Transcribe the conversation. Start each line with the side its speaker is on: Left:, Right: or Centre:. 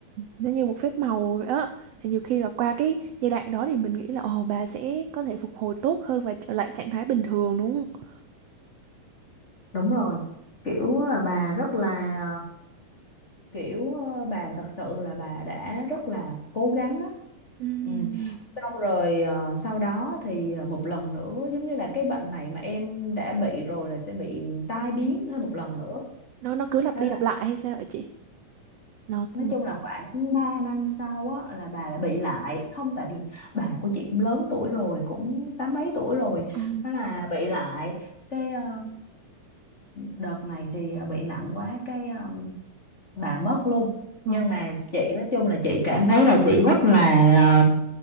Right: nó như một phép màu vậy á thì nhiều khi là qua cái giai đoạn đó thì mình nghĩ là ồ bà sẽ có thể phục hồi tốt hơn và trở lại trạng thái bình thường đúng không
Left: đúng rồi kiểu là bà rất là kiểu ờ, bà thật sự là bà đã rất là cố gắng á
Right: Ừm,
Left: ừ. xong rồi ờ, sau đó thì ờ, một lần nữa giống như là cái bệnh này mà em đã bị rồi là sẽ bị tai biến thêm một lần nữa
Right: nó nó cứ lặp
Left: thế
Right: đi
Left: là
Right: lặp lại hay sao vậy chị nó
Left: nói
Right: cũng-
Left: chung là khoảng 3 năm sau á là bà lại bị lại không tại vì bà của chị cũng lớn tuổi rồi cũng tám mấy tuổi rồi
Right: ờ,
Left: thế là bị lại cái ờ, đợt này thì ờ, bị nặng quá cái ờ, bà mất luôn
Right: Ờ.
Left: nhưng mà chị nói chung là chị cảm thấy là chị rất là ờ,